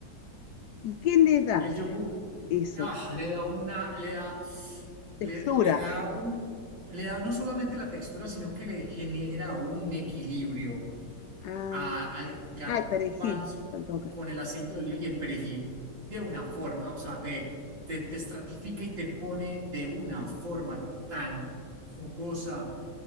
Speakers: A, on the left (about 70°); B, on the right (about 75°).
A: ¿Y qué le da
B: El yogur
A: eso?
B: ah, le da una, le da,
A: Textura.
B: le, le da un, le da no solamente la textura, sino que le genera un equilibrio
A: Ah,
B: a- al garbanzo
A: ay, perejil. Faltó acá.
B: con el aceite de oliva y el perejil de una forma, o sea, te, te, te estratifica y te pone de una forma tan jugosa